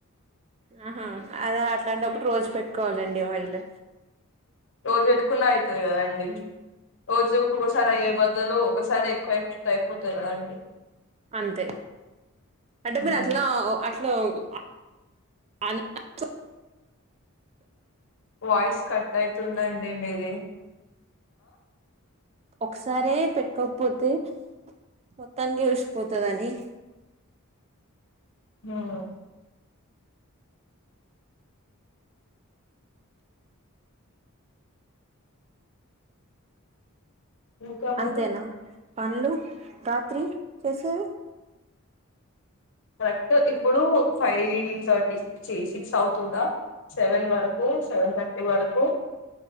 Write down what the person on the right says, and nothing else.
ఆహా అద అట్లాంటప్పుడు రోజు పెట్టుకోవాలండి ఆయిల్
అంతే అంటే మీరట్లా
అట్లా ఇంట్లో ఆ
ఒకసారే పెట్టుకోకపోతే మొత్తానికి ఉసిపోతదని
అంతేనా
పన్లు రాత్రి చేసేవి